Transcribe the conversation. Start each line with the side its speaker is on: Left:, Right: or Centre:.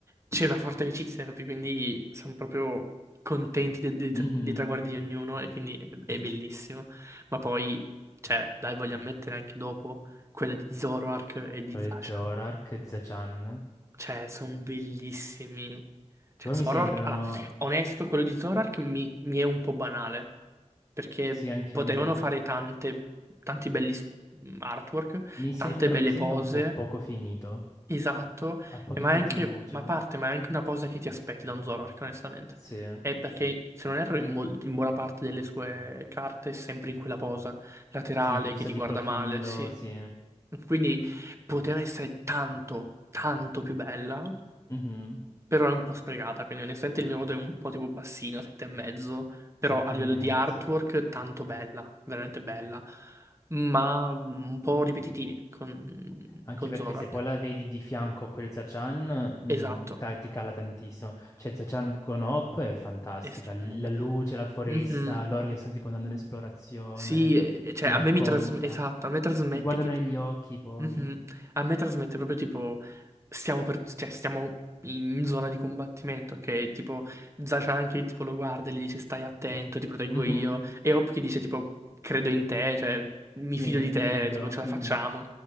Right: c'è una forte amicizia, capi? Quindi siamo proprio contenti de- de-
Left: Mhm.
Right: dei, traguardi di ognuno e quindi è, è bellissimo. Ma poi, cioè, dai, voglio ammettere anche dopo quella di Zoroark e di
Left: Quello
Right: Zashan.
Left: di Zorark, Zachan,
Right: Cioè, sono bellissimi.
Left: che
Right: Cioè,
Left: poi
Right: Zoroark...
Left: mi sembrano...
Right: Allora, onesto, quello di Zoroark mi, mi è un po' banale, perché
Left: Sì, anche
Right: potevano
Left: a me.
Right: fare tante, tanti belli s- artwork,
Left: Mi sembra
Right: tante belle
Left: un disegno
Right: pose
Left: un po' poco finito,
Right: Esatto,
Left: ha pochi
Right: e ma
Left: effetti
Right: è anche,
Left: di luce.
Right: ma a parte, ma è anche una cosa che ti aspetti da un Zoroark, onestamente.
Left: Sì,
Right: È perché, se non erro, in, mol- in buona parte delle sue carte è sempre in quella posa, laterale,
Left: sì, un po' visto
Right: che ti
Left: di
Right: guarda
Left: profilo,
Right: male, sì.
Left: sì.
Right: Quindi poteva essere tanto, tanto più bella,
Left: Mhm.
Right: però è un po' sprecata, quindi onestamente il mio voto è un po' tipo bassino, sette e mezzo,
Left: Sette
Right: però a livello
Left: e mezzo.
Right: di artwork tanto bella, veramente bella, ma un po' ripetitivi con,
Left: Anche
Right: con
Left: perché
Right: Zoroark.
Left: se poi la vedi di fianco a quel Zachan, mm,
Right: Esatto.
Left: ta- ti cala tantissimo. Cioè, Zachan con Hop è fantastica.
Right: È stupendo.
Left: l- La luce, la foresta,
Right: Mhm.
Left: loro che stanno tipo andando in esplorazione,
Right: Sì, eh, cioè
Left: ti
Right: a
Left: racconta.
Right: me mi trasmette, esatto, a me trasmette
Left: Si guardano
Right: che...
Left: negli
Right: ti-
Left: occhi poi.
Right: Mhm. A me trasmette proprio tipo, stiamo, per- cioè, stiamo in zona di combattimento, ok? Tipo, Zachan che tipo lo guarda e gli dice stai attento, ti proteggo
Left: Mhm.
Right: io. E Hop che dice tipo, credo in te, cioè, mi
Left: Sì,
Right: fido di
Left: mi
Right: te,
Left: fido.
Right: tipo, ce la
Left: Mhm.
Right: facciamo.